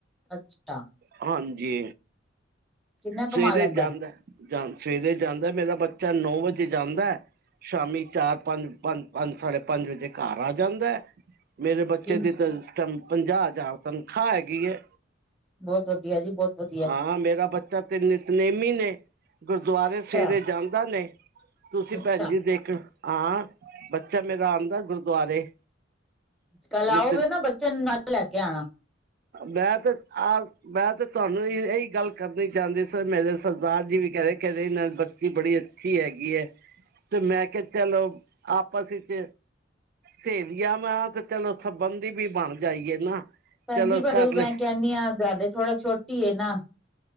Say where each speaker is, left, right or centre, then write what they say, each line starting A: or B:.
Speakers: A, in the centre; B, on the right.
A: ਅੱਛਾ।
B: ਹਾਂਜੀ।
A: ਕਿੰਨਾ ਕਮਾ
B: ਸਵੇਰੇ
A: ਲੈਂਦਾ?
B: ਜਾਂਦਾ ਜਾਂ ਸਵੇਰੇ ਜਾਂਦਾ ਮੇਰਾ ਬੱਚਾ ਨੌ ਵਜੇ ਜਾਂਦਾ। ਸ਼ਾਮੀ ਚਾਰ-ਪੰਜ ਪੰਜ ਪੰਜ ਸਾਢੇ-ਪੰਜ ਵਜੇ ਘਰ ਆ ਜਾਂਦਾ। ਮੇਰੇ ਬੱਚੇ
A: ਕਿਨ
B: ਦੀ ਇਸ ਟੈਮ ਪੰਜਾਹ ਹਜ਼ਾਰ ਤਨਖਾਹ ਹੈਗੀ ਏ।
A: ਬਹੁਤ ਵਧੀਆ ਜੀ ਬਹੁਤ ਵਧੀਆ।
B: ਹਾਂ ਮੇਰਾ ਬੱਚਾ ਤੇ, ਨਿਤਨੇਮੀ ਨੇ। ਗੁਰਦੁਆਰੇ
A: ਅੱਛਾ
B: ਸੇਰੇ ਜਾਂਦਾ ਨੇ ਤੁਸੀਂ
A: ਅੱਛਾ
B: ਭੈਣ ਜ ਦੇਖਣ ਹਾਂ ਬੱਚਾ ਮੇਰਾ ਆਂਦਾ ਗੁਰਦੁਆਰੇ।
A: ਕੱਲ ਆਓਗੇ
B: ਨਿਤ
A: ਨਾ ਬੱਚੇ ਨੂੰ ਨਾਲ ਲੈ ਕੇ ਆਣਾ।
B: ਮੈਂ ਤੇ ਆ ਮੈਂ ਤੇ ਤੁਹਾਨੂੰ ਇਹੀ ਗੱਲ ਕਰਨੀ ਜਾਂਦੇ ਸਨ ਮੇਰੇ ਸਰਦਾਰ ਜੀ ਵੀ ਕਹਿ ਰਹੇ ਕਹਿੰਦੇ ਨਾਲ ਬੱਚੀ ਬੜੀ ਅੱਛੀ ਹੈਗੀ ਹੈ। ਤੇ ਮੈਂ ਕਿਹਾ ਚਲੋ ਆਪਸ ਵਿੱਚ ਸੇਰੀਆ ਮੈਂ ਤੇ ਚਲੋ ਸੰਬਧ ਦੀ ਵੀ ਬਣ ਜਾਈਏ ਨਾ।
A: ਭੈਣ
B: ਚਲੋ
A: ਜੀ ਪਰ
B: ਕਰ
A: ਮੈਂ
B: ਲਏ
A: ਕਹਿੰ ਇਨੀ ਆਂ ਥੋੜਾ ਛੋਟੀ ਨਾ